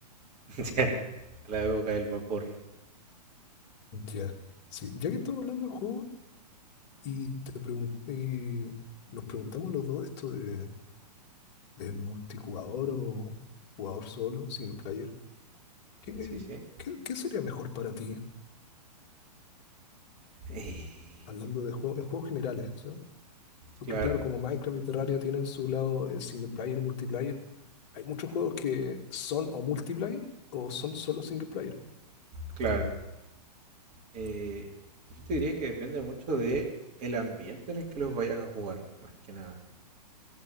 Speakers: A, on the right; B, on the left.
A: <laughs> Ya, a la época del vapor.
B: ya. Sí, ya que estamos hablando de juegos y te pregun- y nos preguntamos los dos esto de, de multijugador o jugador solo, single player, ¿qué,
A: Sí, sí.
B: qué, qué sería mejor para ti?
A: Eh,
B: Hablando de juegos, en juegos generales, ¿sabes? Porque
A: claro,
B: claro, como Minecraft y Terraria tienen su lado eh, single player y multiplayer, hay muchos juegos que son o multiplayer o son solo single player.
A: claro. Eh, yo te diría que depende mucho de el ambiente en el que los vayas a jugar, más que nada.